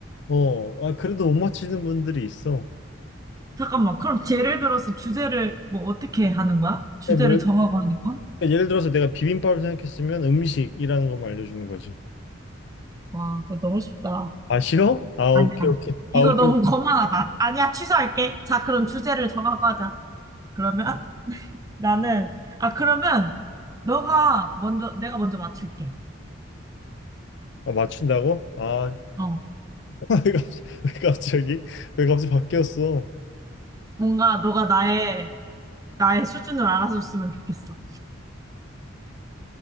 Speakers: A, on the left; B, on the right.
A: 어, 아, 그래도 못 맞히는 분들이 있어.
B: 잠깐만. 그럼 예를 들어서 주제를 뭐 어떻게 하는 거야? 주제를
A: 아니, 뭐, 그러니까
B: 정하고 하는 건?
A: 예를 들어서 내가 비빔밥을 생각했으면 음식이라는 것만 알려주는 거지.
B: 와, 그거 너무 쉽다.
A: 아, 싫어? 아,
B: 아니야.
A: 오케이, 오케이.
B: 이거
A: 아, 오케이.
B: 너무 거만하다. 아니야, 취소할게. 자, 그럼 주제를 정하고 하자. 그러면 나는, 아, 그러면, 너가 먼저, 내가 먼저 맞출게.
A: 아, 맞춘다고? 아,
B: 어.
A: <laughs> 왜 갑자기 왜 갑자기 왜 갑자기 바뀌었어?
B: 뭔가, 너가 나의, 나의 수준을 알아줬으면 좋겠어.